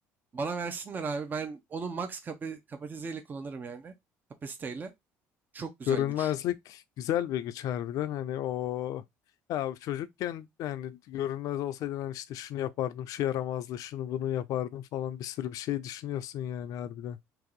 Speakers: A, on the right (about 30°); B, on the left (about 65°).
A: bana versinler abi. Ben onu max kapa- kapasiteyle kullanırım yani. Kapasiteyle. Çok güzel
B: Görünmezlik
A: güç.
B: güzel bir güç harbiden hani o ya çocukken yani görünmez olsaydın hani işte şunu yapardım şu yaramazdı şunu bunu yapardım falan bir sürü bir şey düşünüyorsun yani harbiden.